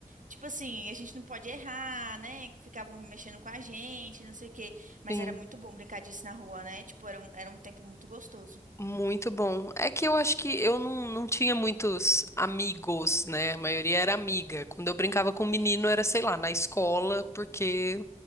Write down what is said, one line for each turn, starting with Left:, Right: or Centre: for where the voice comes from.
Right: tipo assim, a gente não pode errar, né, que ficavam mexendo com a gente, não sei o quê, mas
Left: Sim.
Right: era muito bom brincar disso na rua, né, tipo, era um, era um tempo muito gostoso.
Left: Muito bom. É que eu acho que eu não, não tinha muitos amigos, né? A maioria era amiga. Quando eu brincava com um menino era, sei lá, na escola, porque